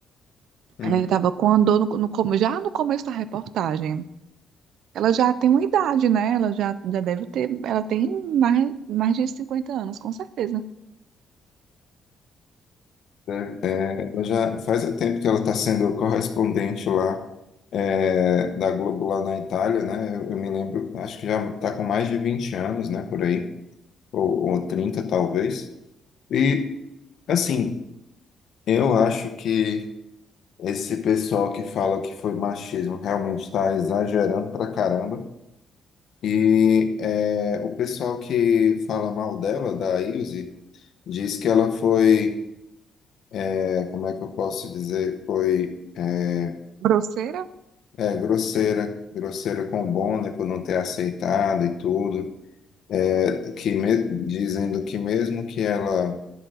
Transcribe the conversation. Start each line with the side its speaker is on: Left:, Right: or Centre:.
Left: Hum.
Right: É, tava com uma dor no, no, come- já no começo da reportagem. Ela já tem uma idade, né? Ela já, já deve ter. Ela tem mais, mais de 50 anos, com certeza.
Left: Deve- é, ela já faz tempo que ela está sendo correspondente lá é, da Globo lá na Itália, né? Eu, eu me lembro, acho que já está com mais de 20 anos, né? Por aí, ou, ou 30 talvez. E assim, eu acho que Esse pessoal que fala que foi machismo realmente está exagerando pra caramba. E é, o pessoal que fala mal dela, da Ilse, diz que ela foi, é, como é que eu posso dizer, foi é,
Right: Grosseira?
Left: é, grosseira, grosseira com o Bonner por não ter aceitado e tudo. É, que me- dizendo que mesmo que ela